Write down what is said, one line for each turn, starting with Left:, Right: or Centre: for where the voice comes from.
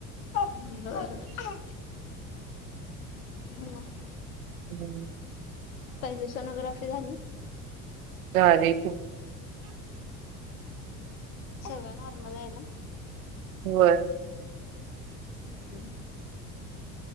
Left: बर बर <unintelligible> हम <unintelligible>
Right: हम्
Left: पहिली सोनोग्राफी झाली
Right: सलेख
Left: सगळं नॉर्मल आहे ना
Right: होर
Left: हम्म <unintelligible>